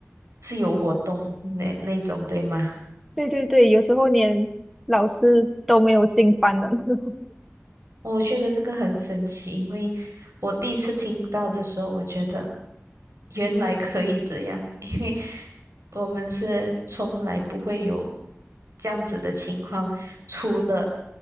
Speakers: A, on the right; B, in the centre.
A: 自由活动那那种，对吗？
B: <laughs> 对对对，有时候连老师都没有进班的那种。
A: 我觉得这个很神奇，因为我第一次听到的时候，我觉得原来可以这样，<laughs> 因为我们是从来不会有这样子的情况，除了